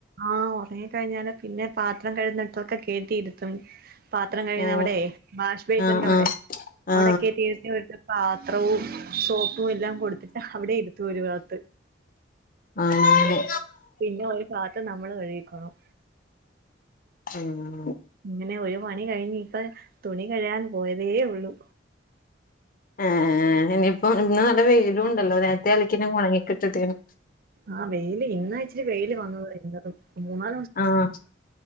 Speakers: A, on the right; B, on the left.
A: ആഹ് ഒറങ്ങി കഴിഞ്ഞാല് പിന്നെ പാത്രം കഴുന്നിടത്തൊക്കെ കേറ്റിയിരുത്തും പാത്രം കഴകുന്നവിടെ
B: ഓ
A: വാഷ് ബേസ്ന്റവിടെ
B: ആ ആ ആ
A: അവിടെ കേറ്റിയിരുത്തി <unintelligible> പാത്രവും സോപ്പുവെല്ലാം കൊടുത്തിട്ട് അവിടെ ഇരുത്തു ഒരു ഭാഗത്ത്
B: ആഹ്
A: പിന്നെ ഒരു ഭാത്ത് നമ്മള് കഴിയിക്കോണം
B: ഉം
A: ഇങ്ങനെ ഒരു മണി കഴിഞ്ഞിപ്പ തുണി കഴ്കാൻ പോയതേ ഉള്ളു
B: ആ ഇനിയിപ്പോ ഇന്ന് നല്ല വെയിലും ഉണ്ടല്ലോ നേരത്തെ അലക്കിന ഒണങ്ങിക്കിട്ടിട്ടാണ്
A: ആഹ് വെയില് ഇന്നാ ഇച്ചിരി വെയില് വന്നത് എന്താ മൂന്നാ
B: ആഹ്